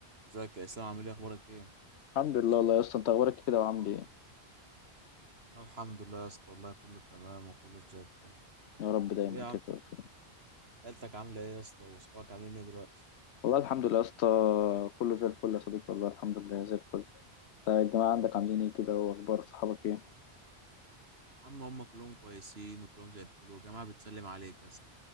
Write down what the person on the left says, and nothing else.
الحمد لله والله يا اسطى انت اخبارك إيه كده وعامل ايه
يا رب دايما
كده تبقى بخير
والله الحمد لله يا اسطى كله زي الفل يا صديقي والله الحمد لله زي الفل طيب الجماعه عندك عاملين ايه كده واخبار صحابك ايه